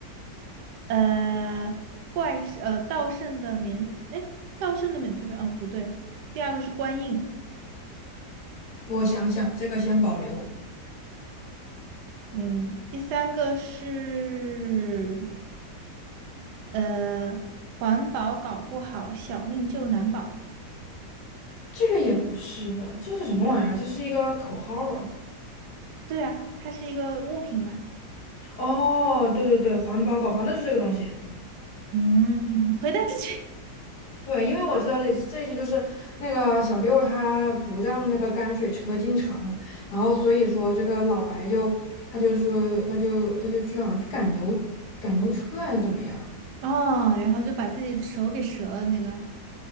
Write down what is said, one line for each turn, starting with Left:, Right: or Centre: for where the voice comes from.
Right: 呃怪事呃盗圣的免，哎，盗圣的免罪牌，哦，不对，第二个是官印，
Left: 我想想，这个先保留。
Right: 嗯，第三个是呃环保搞不好，小命就难保。
Left: 这个也不是吧？这是什么玩意儿？这是一个口号啊！
Right: 对啊，它是一个物品嘛。
Left: 哦，对对对，环保搞包，那就这个东西。
Right: 嗯，回答正确。
Left: 对，因为我知道这这一集就是那个小六他不让那个泔水车进城，然后所以说这个老白就他就是他就他就去好像去赶牛赶牛车还是怎么样？
Right: 哦，然后就把自己的手给折了那个，